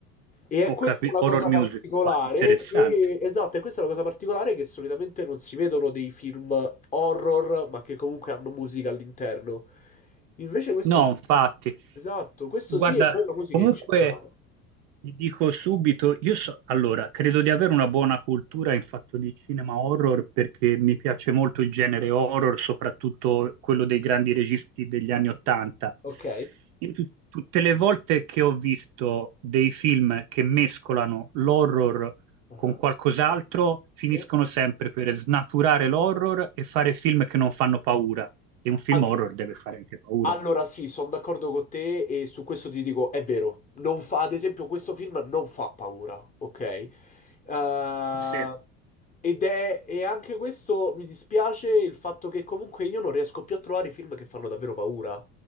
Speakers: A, on the left (about 15°); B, on the right (about 45°).
A: E è
B: Ho
A: questa
B: capito,
A: la
B: horror
A: cosa
B: music,
A: particolare
B: ma interessante.
A: che, esatto, è questa la cosa particolare che solitamente non si vedono dei film horror, ma che comunque hanno musica all'interno. Invece questo
B: No,
A: sì,
B: infatti.
A: esatto, questo
B: Guarda,
A: sì, e poi la musica
B: comunque
A: è eccezionale.
B: ti dico subito, io so, allora, credo di avere una buona cultura in fatto di cinema horror perché mi piace molto il genere horror, soprattutto quello dei grandi registi degli anni Ottanta.
A: Ok?
B: In tu- Tutte le volte che ho visto dei film che mescolano l'horror
A: Ah,
B: con qualcos'altro, finiscono
A: Sì.
B: sempre per snaturare l'horror e fare film che non fanno paura. E un film
A: Al-
B: horror deve fare anche paura.
A: Allora sì, sono d'accordo con te e su questo ti dico, è vero, non fa, ad esempio questo film non fa paura, ok? Eh,
B: Sì.
A: ed è, e anche questo mi dispiace il fatto che comunque io non riesco più a trovare i film che fanno davvero paura.